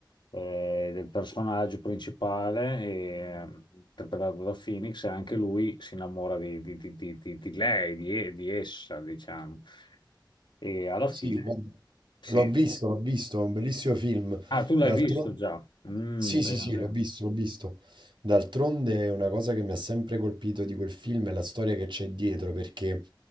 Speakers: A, on the left; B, on the right.
A: eh, del personaggio principale, eh, interpretato da Phoenix, e anche lui si innamora di, di- di- di- di- di lei, di, di essa, diciamo. E alla fine,
B: Sì, guarda,
A: sì.
B: l'ho visto, l'ho visto, è un bellissimo film.
A: Ah, tu l'hai
B: D'altronde...
A: visto già? Mm,
B: Sì,
A: bene,
B: sì, sì,
A: bene.
B: l'ho visto, l'ho visto. D'altronde è una cosa che mi ha sempre colpito di quel film è la storia che c'è dietro, perché